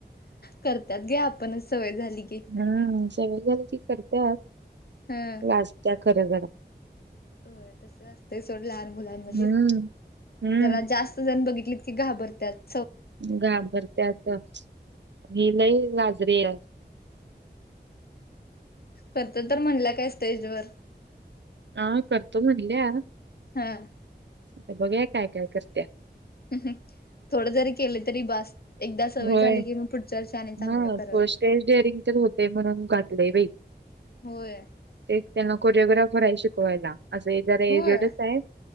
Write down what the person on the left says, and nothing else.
करतात गं आपणच सवय झाली की,
हा.
होय, तस असतयं सोड लहान मुलांमध्ये
जरा जास्त- 'जास्त जण बघितली की घाबरत्यात. ''
करतो तर म्हणलं काय स्टेजवर,
हं
''थोडं जरी केलं तरी बस, एकदा सवय
झाली की मग पुढच्या वर्ष आणि चांगलं
कराल. ''
होय,
होय